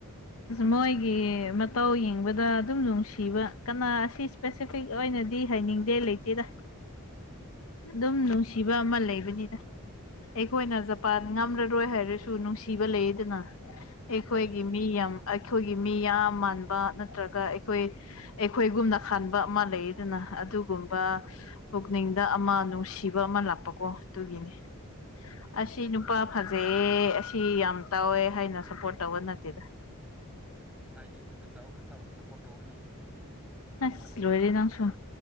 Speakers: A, on the left; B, in the centre.
A: ꯃꯣꯏꯒꯤ ꯃꯇꯧ ꯌꯦꯡꯕꯗ ꯑꯗꯨꯝ ꯅꯨꯡꯁꯤꯕ ꯀꯅꯥ ꯑꯁꯤ ꯏꯁꯄꯦꯁꯤꯐꯤꯛ ꯑꯣꯏꯅꯗꯤ ꯍꯥꯏꯅꯤꯡꯗꯦ ꯂꯩꯇꯦꯗ꯫ ꯑꯗꯨꯝ ꯅꯨꯡꯁꯤꯕ ꯑꯃ ꯂꯩꯕꯅꯤꯗ꯫ ꯑꯩꯈꯣꯏꯅ ꯖꯄꯥꯟ ꯉꯝꯔꯔꯣꯏ ꯍꯥꯏꯔꯁꯨ ꯅꯨꯡꯁꯤꯕ ꯂꯩꯗꯅ
B: ꯍꯣꯏ
A: ꯑꯩꯈꯣꯏꯒꯤ ꯃꯤ ꯌꯥꯝ ꯑꯩꯈꯣꯏꯒꯤ ꯃꯤ ꯌꯥꯝ ꯃꯥꯟꯕ ꯅꯠꯇ꯭ꯔꯒ ꯑꯩꯈꯣꯏ ꯑꯩꯈꯣꯏꯒꯨꯝꯅ ꯈꯟꯕ ꯑꯃ ꯂꯩꯗꯅ ꯑꯗꯨꯒꯨꯝꯕ ꯄꯨꯛꯅꯤꯡꯗ ꯑꯃ ꯅꯨꯡꯁꯤꯕ ꯑꯃ ꯂꯥꯛꯄꯀꯣ ꯑꯗꯨꯒꯤꯅꯦ ꯑꯁꯤ ꯅꯨꯄꯥ ꯐꯖꯩꯌꯦ ꯑꯁꯤ ꯌꯥꯝ ꯇꯧꯋꯦ ꯍꯥꯏꯅ ꯁꯄꯣꯔꯠ ꯇꯧꯕ ꯅꯠꯇꯦꯗ
B: ꯑꯥꯏꯗꯤ ꯐꯖꯕ ꯈꯠꯇꯕꯨ ꯁꯞꯄꯣꯔꯠ ꯇꯧꯒꯅꯤ
A: ꯑꯁ ꯂꯣꯏꯔꯦ ꯅꯪꯁꯨꯨ